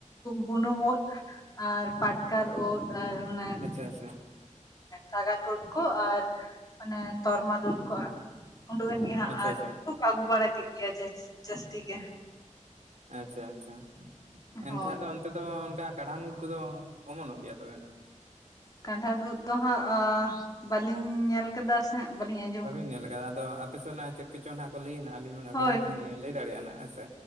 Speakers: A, on the left (about 30°); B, on the right (about 65°).
A: ᱵᱩᱱᱩᱢ ᱩᱫ ᱟᱨ ᱯᱟᱴᱠᱟᱨ ᱩᱫ ᱟᱨ ᱚᱱᱟ
B: ᱟᱪᱪᱷᱟ ᱟᱪᱪᱷᱟ
A: ᱥᱟᱜᱟᱫ ᱩᱫ ᱠᱚ ᱟᱨ ᱢᱟᱱᱮ ᱛᱚᱨᱢᱟᱞ ᱩᱫᱠᱚ ᱩᱰᱩᱠ ᱮᱱ ᱜᱮ ᱦᱟᱸᱜ
B: ᱟᱪᱪᱷᱟ
A: ᱟᱨ
B: ᱟᱪᱪᱷᱟ
A: ᱟᱹᱜᱩ ᱵᱟᱲᱟ ᱠᱮᱫ ᱜᱮᱭᱟ ᱡᱟᱥ ᱡᱟᱹᱥᱛᱤ ᱜᱮ᱾
B: ᱟᱪᱪᱷᱟ ᱟᱪᱪᱷᱟ ᱮᱱᱠᱷᱟᱡ
A: ᱦᱳᱭ
B: ᱫᱚ ᱚᱱᱛᱮ ᱫᱚ ᱚᱱᱠᱟ ᱠᱟᱬᱦᱱ ᱩᱫ ᱠᱚᱫᱚ ᱚᱢᱚᱱᱚᱜ ᱜᱮᱭᱟ ᱛᱚᱵᱮ ᱱᱟᱱᱟᱜ?
A: ᱠᱟᱰᱟᱲ ᱩᱫ ᱫᱚ ᱦᱟᱸᱜ ᱵᱟᱹᱞᱤᱧ ᱧᱮᱞ ᱠᱟᱫᱟ ᱵᱟᱞᱤᱧ <inaudible>
B: ᱵᱟᱹᱵᱤᱱ ᱧᱮᱞ ᱟᱠᱟᱫᱟ ᱟᱫᱚ ᱟᱯᱮ ᱥᱮᱫ ᱱᱟᱜ ᱪᱮᱫ ᱠᱚᱪᱚᱝ ᱱᱟᱜ ᱠᱚ ᱞᱟᱹᱭᱟ ᱱᱟᱜ ᱟᱹᱞᱤᱧ ᱢᱟᱱᱮ
A: ᱦᱳᱭ
B: ᱵᱟᱹᱞᱤ ᱧᱮᱞ ᱞᱟᱹᱭ ᱫᱟᱲᱮᱭᱟᱜᱼᱟ ᱱᱟᱜ ᱦᱮᱸᱥᱮ